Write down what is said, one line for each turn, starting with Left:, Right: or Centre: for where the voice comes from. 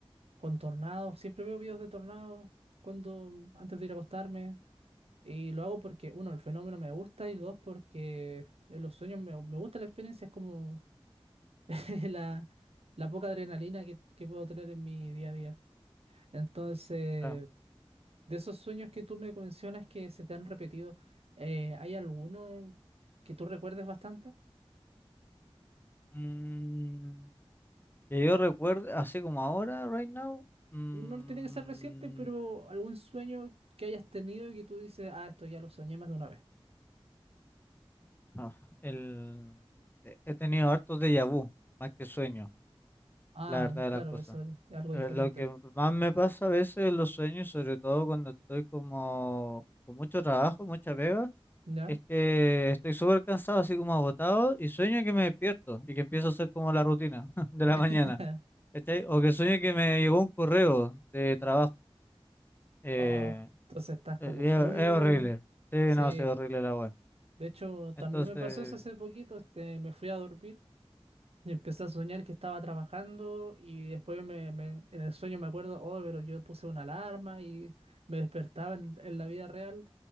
Right: con tornados. Siempre veo videos de tornados cuando, antes de ir a acostarme. Y lo hago porque, uno, el fenómeno me gusta y dos, porque en los sueños me, me gusta la experiencia. Es como <laughs> la, la poca adrenalina que, que puedo tener en mi día a día. Entonces,
Left: Claro.
Right: de esos sueños que tú me mencionas que se te han repetido, eh, ¿hay alguno que tú recuerdes bastante?
Left: Mm, que yo recuerdo, así como ahora, right now, mm,
Right: No tiene que ser reciente, pero algún sueño que hayas tenido y que tú dices, ah, esto ya lo soñé más de una vez.
Left: no, el, he he tenido hartos déjà vu, más que sueños,
Right: Ah,
Left: la verdad de
Right: claro,
Left: las cosas.
Right: eso es algo
Left: Eh,
Right: diferente.
Left: Lo que más me pasa a veces en los sueños, sobre todo cuando estoy como con mucho trabajo, mucha pega,
Right: ¿Ya?
Left: es que estoy súper cansado, así como agotado, y sueño que me despierto y que empiezo a hacer como la rutina <laughs> de la mañana,
Right: <laughs>
Left: ¿cachai? O que sueño que me llegó un correo de trabajo. eh,
Right: Oh, entonces estás como
Left: eh,
Right: full.
Left: es, es horrible. Sí,
Right: Sí.
Left: no, sí, es horrible la web.
Right: De hecho, también
Left: Entonces,
Right: me pasó eso hace poquito. Este, me fui a dormir. Y empecé a soñar que estaba trabajando y después me, me- en el sueño me acuerdo, oh, pero yo puse una alarma y me despertaba en, en la vida real